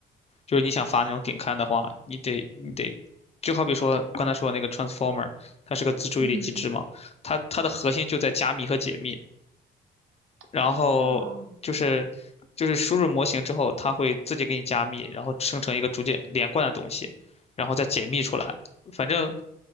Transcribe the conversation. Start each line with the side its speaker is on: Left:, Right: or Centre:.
Left: 就是你想发那种顶刊的话，
Right: 哦，
Left: 你得你得，就好比说刚才说的那个 transformer，它是个自注意力机制嘛，
Right: 嗯
Left: 它它的核心就在加密和解密。然后就是就是输入模型之后，
Right: 啊，
Left: 它会自己给你加密，然后生成一个逐渐连贯的东西，然后再解密出来。反正，